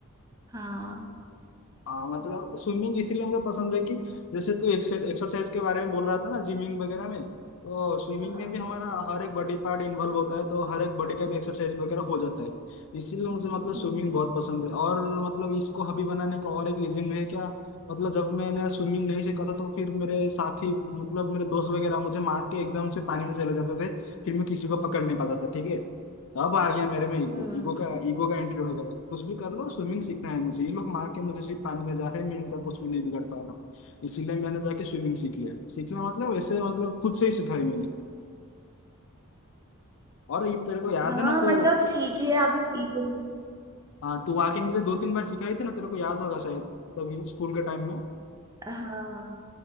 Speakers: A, on the right; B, on the left.
A: हाँ
B: हाँ मतलब स्विमिंग इसीलिए मुझे पसंद है कि जैसे तू एक्सरसाइज के बारे में बोल रहा था ना जिमिंग वगैरह में तो स्विमिंग
A: हाँ हाँ
B: में भी हमारा हर एक बॉडी पार्ट इन्वॉल्व होता है तो हर एक बॉडी का भी एक्सरसाइज वगैरह हो जाता है इसीलिए मुझे मतलब स्विमिंग
A: हम्म
B: बहुत पसंद है और मतलब इसको हॉबी बनाने का और एक रीजन भी है क्या मतलब जब मैंने स्विमिंग नहीं सीखा था तो फिर मेरे साथी मतलब मेरे दोस्त वगैरह मुझे मार के एकदम से पानी में चले जाते थे फिर मैं किसी को पकड़ नहीं पाता था ठीक है अब आ गया मेरे में ईगो
A: हम्म
B: ईगो का ईगो का एंट्री हो गया कुछ भी कर लो स्विमिंग सीखना है मुझे ये लोग मार के मुझे सिर्फ पानी में जा रहे हैं मैं इनका कुछ भी नहीं बिगाड़ पा रहा हूँ इसीलिए मैंने जाके स्विमिंग सीख लिया सीखना मतलब वैसे मतलब खुद से ही सिखाई मैंने और ये तेरे को याद
A: हाँ
B: है ना तू
A: मतलब ठीक ही है अगर ईगो
B: हाँ तू आके मुझे दो तीन बार सिखाई थी ना तेरे को याद होगा शायद तभी स्कूल के टाइम में
A: हाँ